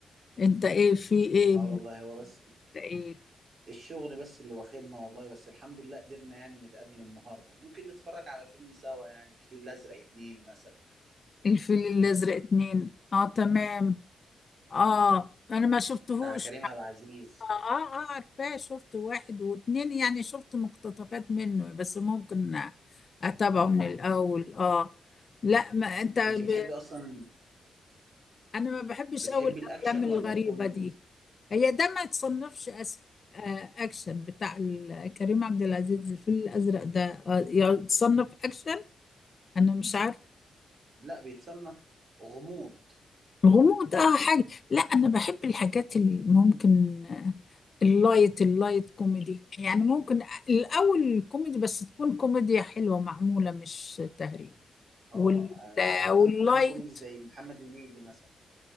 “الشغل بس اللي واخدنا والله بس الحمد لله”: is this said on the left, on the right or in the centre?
Right